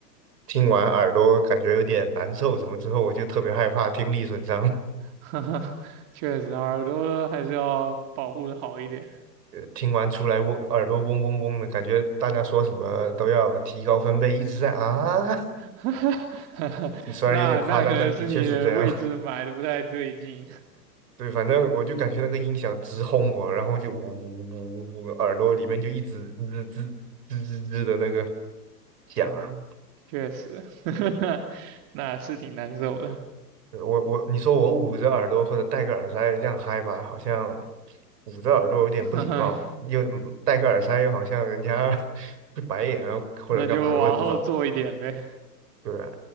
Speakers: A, on the right; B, on the right.
A: 听完耳朵感觉有点难受什么之后，我就特别害怕听力损伤。
B: <laughs> 确实，耳朵还是要保护的好一点。
A: 呃听完出来嗡耳朵嗡嗡嗡的感觉，大家说什么都要提高分贝，一直在啊，
B: <laughs>
A: <laughs> 就虽然有点夸张，
B: 那那可能是你位置买的不太对劲。
A: 但的确是这样。<laughs> 对，反正我就感觉那个音响直轰我，然后就呜呜呜，呜，呜耳朵里面就一直吱吱吱吱吱的那个响啊。
B: 嗯，确实，<laughs> 那是挺难受的。
A: 呃我我你说我捂着耳朵或者戴个耳塞这样嗨吧，好像捂着耳朵有点不礼貌，
B: <laughs> 哈哈
A: 又嗯戴个耳塞又好像人家 <laughs> 会白眼啊或者干嘛的，
B: 那就往后做一点呗。
A: 我也不知道啊。对啊，